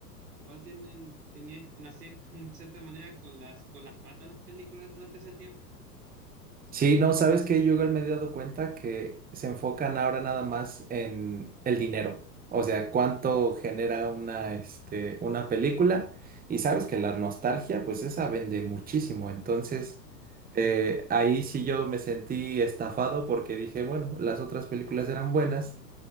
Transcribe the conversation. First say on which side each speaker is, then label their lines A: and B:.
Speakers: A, on the right; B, on the right.
A: igual tienen, tenían, lo hacían con cierta manera con las, con las patas las películas durante ese tiempo.
B: Sí, no, ¿sabes qué? Yo igual me he dado cuenta que se enfocan ahora nada más en el dinero. O sea, cuánto genera una, este, una película. Y sabes que la nostalgia, pues esa vende muchísimo. Entonces, eh, ahí sí yo me sentí estafado porque dije, bueno, las otras películas eran buenas.